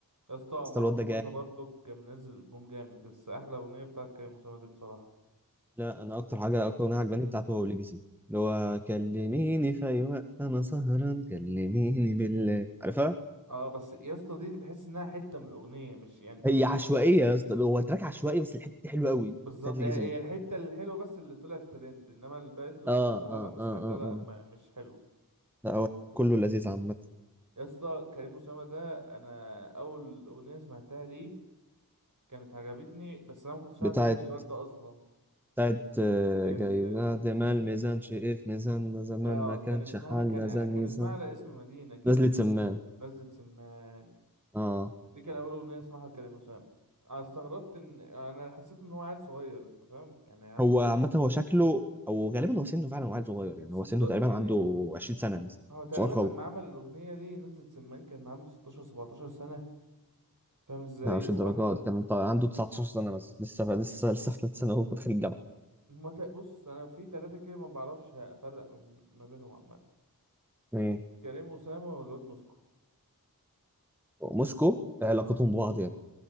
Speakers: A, on the right (about 55°); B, in the centre.
A: يا اسطى
B: اسطى
A: مروان
B: الواد ده
A: موسى
B: جامد
A: برضو كان منزل البوم جامد بس احلى اغنيه بتاعت كريم اسامه دي بصراحه
B: لا انا اكتر حاجه اكتر اغنيه عجباني بتاعته هو ليجاسي اللي هو كلميني في اي وقت انا سهران كلميني بالله عارفها
A: اه بس يا اسطى دي بحس انها حته من الاغنيه مش يعني
B: هي
A: انت
B: عشوائيه
A: فاهم
B: يا اسطى هو تراك عشوائي بس الحته دي حلوه قوي
A: بالظبط
B: بتاعت ليجاسي
A: هي هي
B: دي
A: الحته الحلوه بس اللي طلعت ترند انما بقيه الاغنيه
B: اه
A: بصراحه
B: اه
A: لما سمعتها
B: اه اه
A: لا
B: اه
A: ما مش حلو
B: لا هو كله لذيذ عامه
A: يا اسطى كريم اسامه ده انا اول اغنيه سمعتها ليه كانت عجبتني بس انا ما كنتش
B: بتاعت
A: عارف مين الواد ده اصلا
B: بتاعت آه،
A: ال...
B: جايزة ما الميزان شقف ميزاننا زمان
A: آه
B: ما كانش
A: كان اسمها
B: حالنا
A: كان
B: زان
A: كان
B: يزن
A: اسمها على اسم مدينة كده
B: نزلت
A: كان
B: سمان
A: نزلة سمان
B: اه
A: دي كان اول اغنية اسمها لكريم أسامة انا استغربت ان انا حسيت ان هو عيل صغير انت فاهم يعني عنده
B: هو
A: مثلا
B: عامة هو شكله أو غالبا هو سنه فعلا وعيل صغير يعني
A: ست
B: هو سنه تقريبا
A: يعني
B: عنده 20 سنة مثلا
A: هو تقريبا
B: صغير خالص
A: لما عمل الاغنية دي نزلة سمان كان عنده 16 17 سنة فاهم ازاي
B: لا مش الدرجات
A: واحدة
B: كان ط- عنده 19 سنة بس لسه لسه لسه في ثالث سنة وهو داخل الجامعة
A: ما ت- بص انا في ثلاثة كده ما بعرفش افرق ما بين- ما بينهم عامة
B: مم.
A: كريم أسامة والواد موسكو
B: موسكو علاقتهم
A: اه
B: ببعض يعني